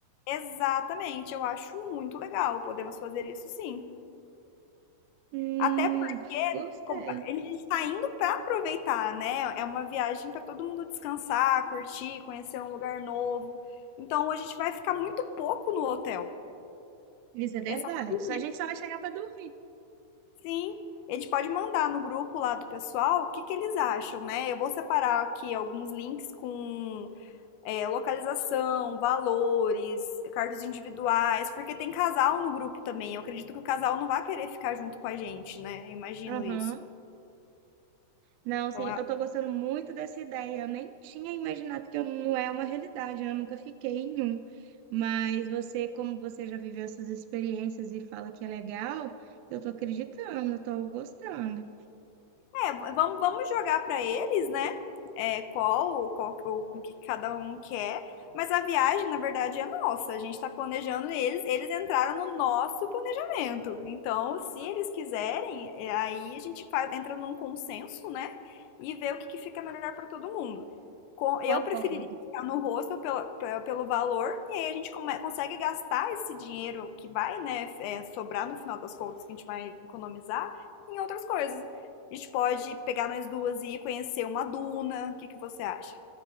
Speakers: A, on the left; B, on the right.
A: Exatamente, eu acho muito legal. Podemos fazer isso sim.
B: Hum,
A: Até porque
B: gostei.
A: como, ele está indo para aproveitar, né? É uma viagem para todo mundo descansar, curtir, conhecer um lugar novo. Então a gente vai ficar muito pouco no hotel.
B: Isso é
A: É
B: verdade.
A: só pra dormir.
B: Só a gente só vai chegar para dormir.
A: Sim, eles podem mandar no grupo lá do pessoal o que que eles acham, né? Eu vou separar aqui alguns links com é, localização, valores, cartas individuais, porque tem casal no grupo também. Eu acredito que o casal não vai querer ficar junto com a gente, né? Eu imagino
B: Aham.
A: isso.
B: Não,
A: Então
B: sim,
A: é
B: eu tô gostando muito dessa ideia. Eu nem tinha imaginado que eu não é uma realidade, eu nunca fiquei em um. Mas você, como você já viveu essas experiências e fala que é legal, eu tô acreditando, eu tô gostando.
A: É, vamos, vamos jogar para eles, né? É, qual, qual o, o que cada um quer. Mas a viagem, na verdade, é nossa. A gente tá planejando eles, eles entraram no nosso planejamento. Então, se eles quiserem, é, aí a gente faz, entra num consenso, né? E vê o que, que fica melhor para todo mundo. Com- Eu
B: Concordo.
A: preferiria ficar no rosto pelo, pe- pelo valor, e aí a gente come- consegue gastar esse dinheiro que vai, né, é, sobrar no final das contas, que a gente vai economizar, em outras coisas. A gente pode pegar nós duas e ir conhecer uma duna. O que que você acha?